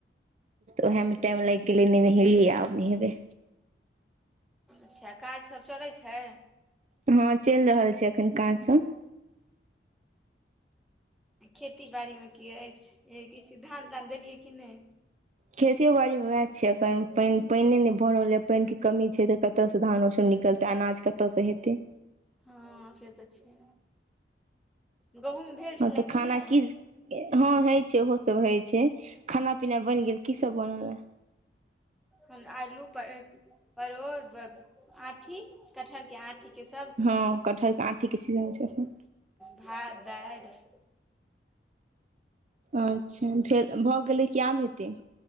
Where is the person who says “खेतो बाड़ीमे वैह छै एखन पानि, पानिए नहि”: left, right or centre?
Right